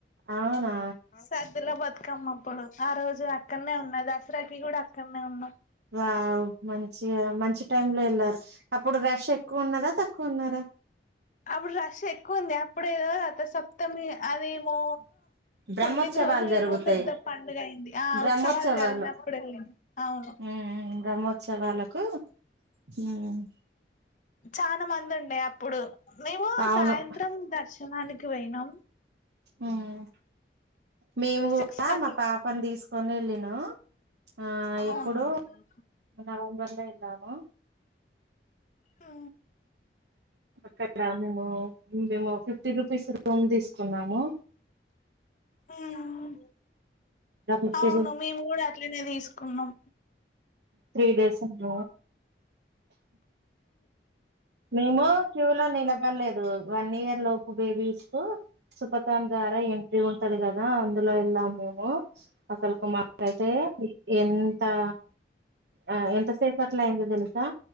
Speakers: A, on the right (about 75°); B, on the left (about 45°).
A: అవునా
B: సద్దులబత్కమ్మ అప్పుడు ఆ రోజు అక్కడ్నే ఉన్న దసరాకి గూడా అక్కడ్నే ఉన్నం
A: వావ్ మంచిగ మంచి టైం లో ఎళ్ళారు అప్పుడు రష్ ఎక్కువున్నదా తక్కువున్నారా
B: అప్పుడు రష్ ఎక్కువుంది అప్పుడేదో రథసప్తమి అదేమో
A: బ్రహ్మోత్సవాలు
B: తొమ్మిది రోజులు
A: జరుగుతాయి
B: ఏమో పెద్ద పండుగయింది ఆ
A: బ్రహ్మోత్సవాలు
B: ఉత్సవాలు జరిగినప్పుడు వెళ్లిన్ అవును
A: ఉమ్ బ్రహ్మోత్సవాలకు ఉమ్
B: చానా మంది ఉండే అప్పుడు మేము
A: అవును
B: సాయంత్రం దర్శనానికి వోయినాం
A: ఉమ్ మేము గూడా
B: సిక్స్ కట్ల
A: మా పాపన్ దీసుకొని వెళ్ళినం ఆ
B: అవును
A: ఎప్పుడు అ నవంబర్ లో ఎల్లాము
B: ఆ
A: అక్కడ మేము మేము ఫిఫ్టీ రూపీస్ రూమ్ తీసుకున్నాము
B: ఉమ్
A: ఫిఫ్టీ
B: అవును
A: రూ
B: మేము గూడా అట్లనే తీసుకున్నాం
A: త్రీ డేస్ అట్ల మేము క్యూ లో నిలబడలేదు వన్ ఇయర్ లోపు బేబీస్కూ సుపతన్ ద్వారా ఎంట్రీ ఉంటది గదా అందులో ఎళ్ళాం మేము అసల్కు మాకైతే ఎన్ తా ఆ ఎంతసేపు అట్లైంది దెల్సా